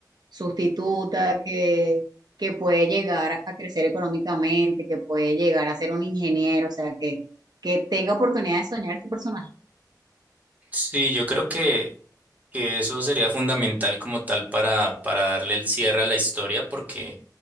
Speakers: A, on the right; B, on the right.
A: sustituta, que, que puede llegar a crecer económicamente, que puede llegar a ser un ingeniero, o sea, que, que tenga oportunidad de soñar este personaje.
B: Sí, yo creo que que eso sería fundamental como tal para, para darle el cierre a la historia, porque